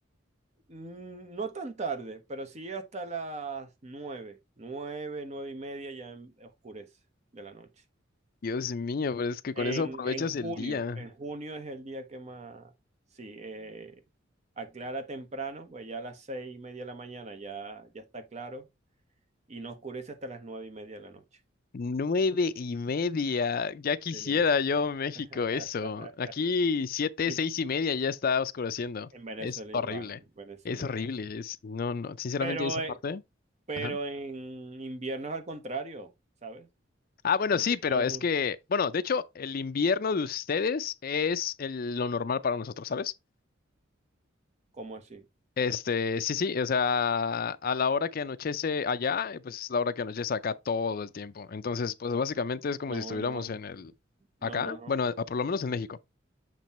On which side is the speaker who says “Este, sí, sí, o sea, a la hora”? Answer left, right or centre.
Left